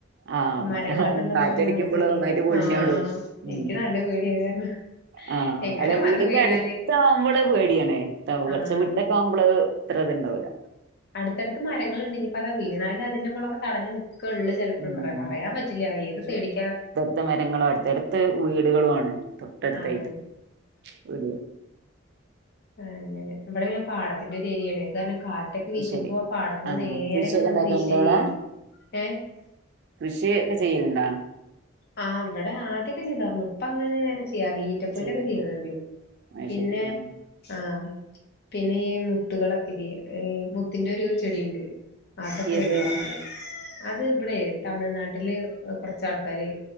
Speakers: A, on the right; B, on the left.
A: ആഹ്
B: മരങ്ങളൊക്കെ
A: മഴ
B: ഉണ്ടകുമ്പോ
A: കാറ്റടിക്കുമ്പള്
B: അങ്ങനെ നല്ല പേടിയാ
A: ഒന്നായിട്ട് പൊളിഞ്ഞോടും
B: ആ
A: ഉം
B: എനിക്ക് നല്ല പേടിയ കാരണം
A: ആഹ്
B: എങ്ങാനും
A: അല്ല വീടിന്റെ
B: വന്ന് വീണാല്
A: അടുത്ത ആകുമ്പോള് പേടിയണേ കുറച്ച
B: ആഹ്
A: വീട്ടക്കെ ആകു മ്മള് ഇത്ര ഇതുണ്ടാവില്ല.
B: അടുത്തടുത്ത് മരങ്ങളണ്ട ഇനിപ്പ അത വീണാല് അതിന്റെ മുകളൊക്കെ തടഞ്ഞ നിക്കള്ളൂ ചിലപ്പോൾ
A: ഉം
B: പറയാ പറയാൻ പറ്റില്ല ഏത് സൈഡിക്കാ
A: ടുത്ത മരങ്ങളും അടുത്ത അടുത്ത് വീടുകളു ആണ് തൊട്ടടുത്തയിട്ട്
B: അതെ
A: വീട
B: ആഹ് അങ്ങനെ വിടെ പിന്നെ പാടത്തിന്റെ ഒരു എരിയണ കാരണം കാ റ്റൊക്കെ
A: അത്
B: വീശുമ്പോ
A: ശരി
B: പാടത്ത്ന്ന്
A: ആഹ്
B: നേരെ
A: കൃഷിയൊക്കെ
B: ഇങ്ങടെ വന്ന്
A: ഇണ്ടാക്കല്ണ്ടോ
B: വീശാ ചെയ്യാ
A: അവിടെ
B: ഏ
A: കൃഷിയൊക്കെ ചെയ്ലണ്ടാ?
B: ആ ഇബടെ ആദ്യൊക്കെ ചെയ്തർുന്നു ഇപ്പങ്ങനെ ചെയ്യാറില്ല റ്റപ്പലൊക്കെ
A: ചെയ്യലില്ല
B: ചെയ്യുന്നുണ്ട്
A: അത്
B: പിന്നെ
A: ശരി ആഹ്
B: ആഹ് പിന്നെ ഈ മുത്തുകളൊക്കെ ല്ലേ മുത്തിന്റെ ഒരു ചെടിയുണ്ട് അതൊക്കെ
A: ഏത്
B: വെക്കാറുണ്ട് അത് ഇബടെ തമിഴ്നാട്ടില് കുറച്ചാൾക്കാാര്